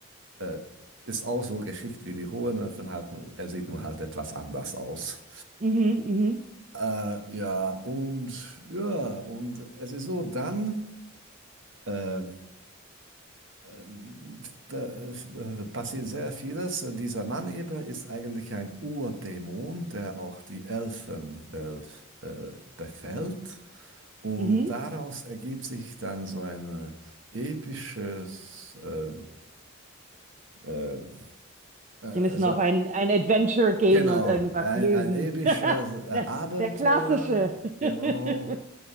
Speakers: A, on the right; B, on the right.
A: äh, ist auch so geschickt wie die hohen Elfen halt, nur- er sieht nur halt etwas anders aus.
B: Mhm. Mhm.
A: Äh, ja, und ja, und es ist so, dann. Äh, ähm, da, äh, passiert sehr vieles. Dieser Mann eben ist eigentlich ein Urdämon, der auch die Elfenwelt äh, befällt. Und
B: Mhm.
A: daraus ergibt sich dann so ein episches, äh, äh, äh,
B: Die müssen
A: so,
B: auf ein, ein Adventure gehen
A: genau,
B: und irgendwas
A: ein,
B: lösen.
A: ein episches
B: <laughs>
A: äh,
B: Der,
A: Abenteuer,
B: der klassische.
A: genau,
B: <laughs>